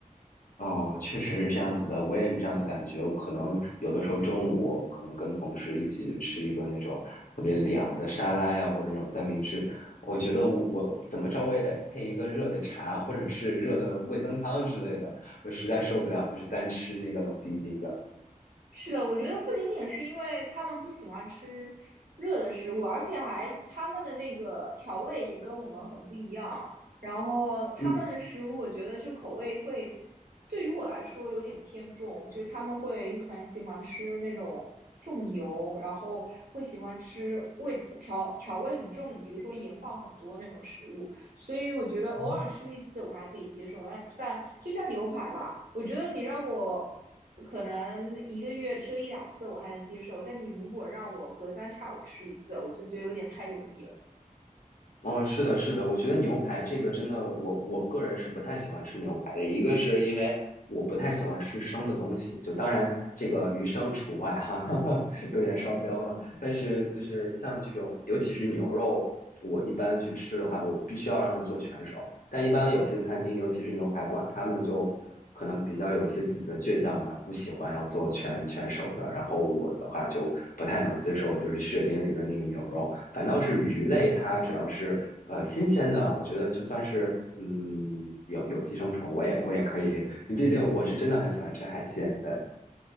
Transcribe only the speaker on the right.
是的，我觉得不仅仅是因为他们不喜欢吃热的食物，而且还他们的那个调味也跟我们很不一样。然后他们的食物，
我觉得就口味会，对于我来说有点偏重，就是他们会很喜欢吃那种重油，然后会喜欢吃味调调味很重，比如说盐放很多那种食物。所以我觉得偶尔吃一次我还可以接受，
但但就像牛排吧，我觉得你让我可能一个月吃个一两次我还能接受，但你如果让我隔三差五吃一次，我就觉得有点太油腻了。